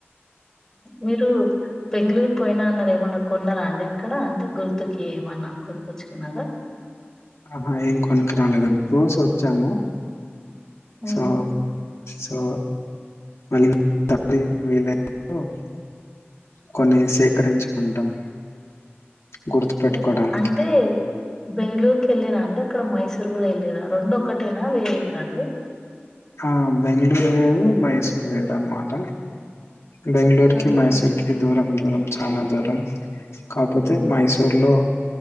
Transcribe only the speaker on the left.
ఆహా ఏం కొనుకురాలేదండి చూసొచ్చాము
సో సో మళ్ళీ <inaudible> వీలైనప్పుడు <unintelligible> కొన్ని సేకరించుకుంటాం గుర్తుపెట్టుకోడానికి.
ఆ బెంగళూరు వేరు మైసూర్ వేరు అనమాట బెంగళూరుకి
మైసూర్కి దూరం దూరం చానా దూరం కాకపోతే మైసూర్ లో